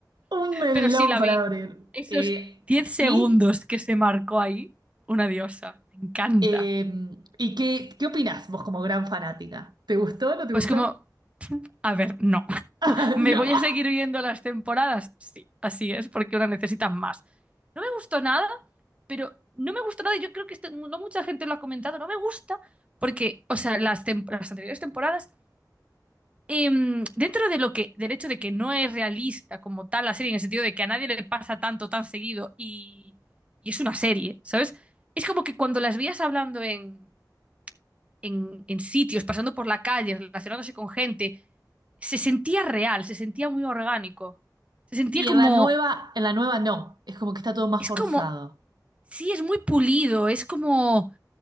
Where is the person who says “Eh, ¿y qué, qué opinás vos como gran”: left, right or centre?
Right